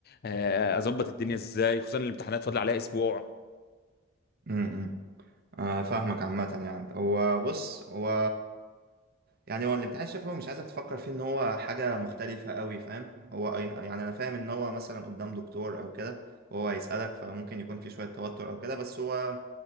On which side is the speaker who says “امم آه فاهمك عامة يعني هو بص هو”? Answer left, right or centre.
Right